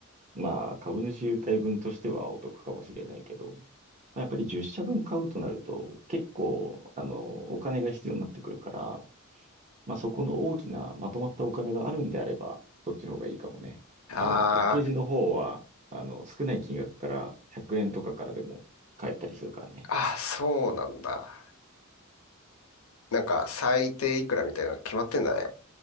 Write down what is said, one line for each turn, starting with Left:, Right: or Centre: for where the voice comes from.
Right: まあ、株主優待分としてはお得かもしれないけど、まあ、やっぱり10社分買うとなると、結構、あの、お金が必要になってくるから、まあ、そこの大きなまとまったお金があるんであれば、そっちの方がいいかもね。
Left: あ
Right: あの、パッケージの方は、あの、少ない金額から100円とかからでも買えたりするからね。
Left: あ、そうなんだ。なんか、最低いくらみたいなのが決まってんだね。